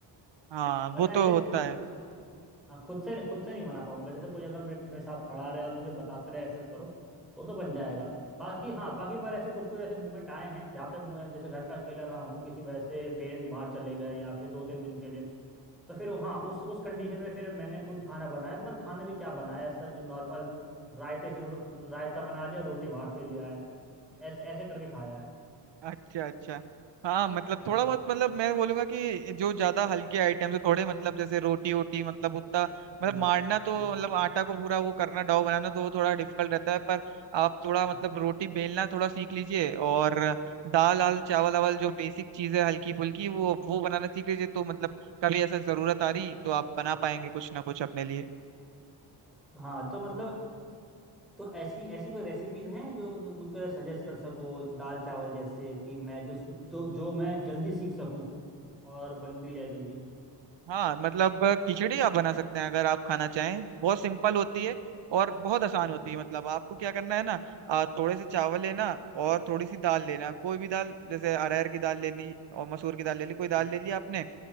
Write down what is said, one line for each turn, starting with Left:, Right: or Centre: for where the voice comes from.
Right: हाँ
Centre: वरना
Right: वो तो
Centre: ऐसे
Right: होता
Centre: खुद
Right: है
Centre: हाँ खुद से नहीं खुद से नहीं बना पाऊंगा जैसे कोई अगर मेरे मेरे साथ खड़ा रहे और मुझे बताते रहे ऐसे करो तो तो बन जाएगा बाकी हाँ बाकी पर ऐसे कुछ कुछ ऐसे मूवमेंट आए हैं जहाँ पे मैं जैसे घर पे अकेला रहा हूँ किसी वजह से पेरेंट्स बाहर चले गए या फिर दो तीन दिन के लिए तो फिर हाँ उस उस कंडीशन में फिर मैंने खुद खाना बनाया पर खाना भी क्या बनाया ऐसा जो नॉर्मल रायते से रो- रायता बना लिया रोटी बाहर से लिया है ऐसे ऐसे करके खाया है
Right: अच्छा अच्छा हाँ मतलब
Centre: हाँ
Right: थोड़ा बहुत मतलब मैं बोलूंगा कि जो ज्यादा हल्के आइटम्स है थोड़े मतलब जैसे रोटी वोटी मतलब उतना
Centre: हम्म,
Right: मतलब मारना तो
Centre: हम्म।
Right: मतलब आटा को पूरा वो करना डो बनाना तो वो थोड़ा डिफिकल्ट रहता है पर आप थोड़ा
Centre: हम्म।
Right: मतलब रोटी बेलना थोड़ा सीख लीजिए और दाल आल चावल आवल जो बेसिक चीज है हल्की फुल्की वो वो बनाना सीख लीजिए तो मतलब कभी ऐसा जरूरत आ रही तो आप बना पाएंगे कुछ ना कुछ अपने लिए
Centre: हाँ तो मतलब तो ऐसी ऐसी कोई रेसिपीज हैं जो तुम मुझको सजेस्ट कर सको दाल चावल जैसे कि मैं जो तो जो मैं जल्दी सीख सकूं और बन भी जाए जल्दी
Right: हाँ मतलब अ, खिचड़ी आप बना सकते हैं अगर आप खाना चाहें बहुत सिंपल होती है और बहुत आसान
Centre: हम्म,
Right: होती है मतलब आपको क्या करना है ना अ, थोड़े से चावल लेना और थोड़ी सी दाल लेना कोई भी दाल जैसे अरहर की दाल ले ली और मसूर की दाल ले ली कोई
Centre: हम्म,
Right: दाल ले ली आपने